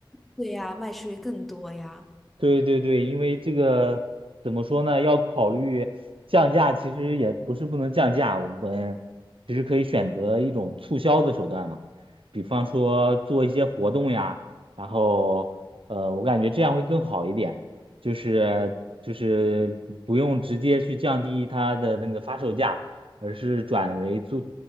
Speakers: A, in the centre; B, on the right.
A: 对呀，卖出去更多呀，
B: 对对对，因为这个怎么说呢？要考虑降价，其实也不是不能降价，我们其实可以选择一种促销的手段嘛，比方说做一些活动呀，然后呃，我感觉这样会更好一点，就是就是不用直接去降低它的那个发售价，而是转为做